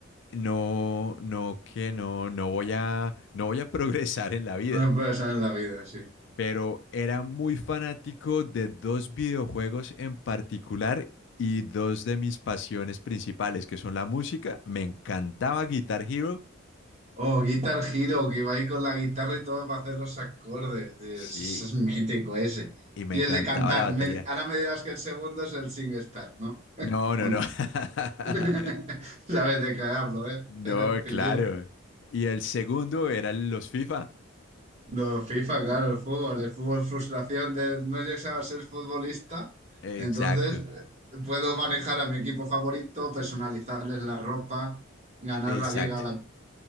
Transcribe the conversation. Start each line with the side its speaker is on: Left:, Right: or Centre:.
Left: no, no, que no, no voy a, no voy a <laughs> progresar en la vida.
Right: Una persona en la vida, sí.
Left: Pero era muy fanático de dos videojuegos en particular y dos de mis pasiones principales, que son la música. Me encantaba Guitar Hero,
Right: Oh, Guitar Hero, que iba ahí con la guitarra y todo para hacer los acordes. Dios,
Left: sí,
Right: ese es mítico ese.
Left: y me
Right: Y
Left: encantaba
Right: el de cantar.
Left: la batería.
Right: me- ahora me dirás que el segundo es el SingStar, ¿no?
Left: No, no,
Right: ¿O
Left: no.
Right: no.
Left: <laughs>
Right: <laughs> Sabes de qué hablo, ¿eh?
Left: No,
Right: <laughs> Pillín.
Left: claro. Y el segundo eran los FIFA.
Right: No, FIFA, claro, el fútbol, el fútbol frustración de no llegar a ser futbolista,
Left: Exacto,
Right: entonces eh, puedo manejar a mi equipo favorito, personalizarles la ropa, ganar
Left: exacto.
Right: la liga o la-